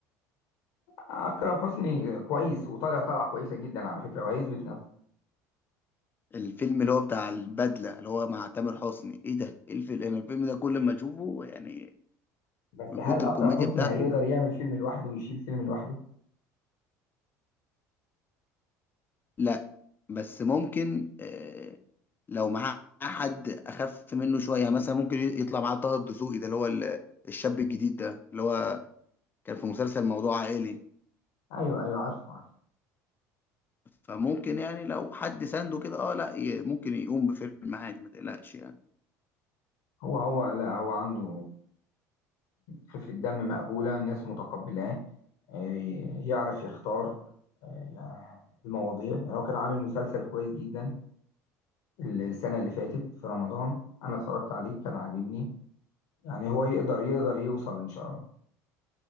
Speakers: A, on the left; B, on the left.
A: اكرم حسني كويس وطالع طالعه كويسه جدا على فكره وهيثبت نفسه
B: الفيلم اللي هو بتاع البدلة اللي هو مع تامر حسني ايه ده ايه الفيلم انا الفيلم ده كل ما اشوفه يعني
A: بس
B: من
A: هل
B: كتر
A: اكرم
B: الكوميديا
A: حسني
B: بتاعته
A: هيقدر يعمل فيلم لوحده ويشيل فيلم لوحده
B: لا بس ممكن آه، لو معاه حد اخف منه شويه يعني مثلا ممكن يطلع معاه طه الدسوقي ده اللي هو ال- الشاب الجديد ده اللي هو كان في مسلسل موضوع عائلي
A: ايوه ايوه عارفه عارفه
B: فممكن يعني لو حد سانده كده اه لا ي- ممكن يقوم بفيلم عادي ما تقلقش يعني
A: هو هو لا هو عنده خفه دم مقبوله الناس متقبلاه آه، يعرف يختار آه، يعني المواضيع يعني هو كان عامل مسلسل كويس جدا السنة اللي فاتت في رمضان أنا اتفرجت عليه كان عاجبني يعني هو يقدر يقدر يوصل إن شاء الله